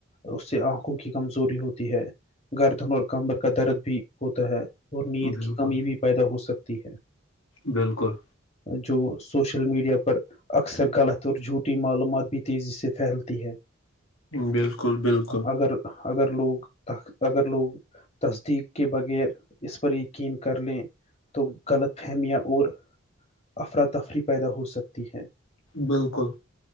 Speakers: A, on the left; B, on the left.
A: اس سے آنکھوں کی کمزوری ہوتی ہے گردن اور کمبر کا درد بھی ہوتا ہے اور نیند
B: بالکل
A: کی کمی بھی پیدا ہوسکتی ہے
B: بالکل
A: جو سوشل میڈیا پر اکثر غلط اور جھوٹی معلومات بھی تیزی سے پھیلتی ہے
B: بالکل بالکل
A: اگر اگر لوگ اگر لوگ تصدیق کے بغیر اس پر یقین کر لیں تو غلط فہمیاں اور افراتفری پیدا ہو سکتی ہیں
B: بالکل